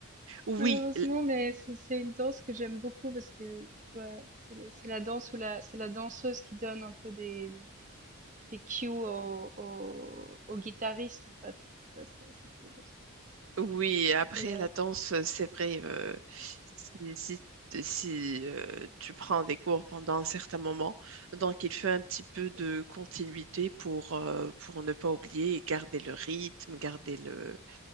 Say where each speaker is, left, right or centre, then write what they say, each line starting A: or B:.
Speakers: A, on the right; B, on the right.
A: Oui,
B: Malheureusement,
A: l-
B: mais c'est c'est une danse que j'aime beaucoup parce que ouais, c'est la c'est la danse où la c'est la danseuse qui donne un peu des des cues au au, au guitariste en fait. Ça ça, c'est cool aussi.
A: oui, après
B: Et euh,
A: la danse, euh, c'est vrai, euh, si, si, si, euh, tu prends des cours pendant un certain moment, donc il fait un petit peu de continuité pour, euh, pour ne pas oublier et garder le rythme, garder le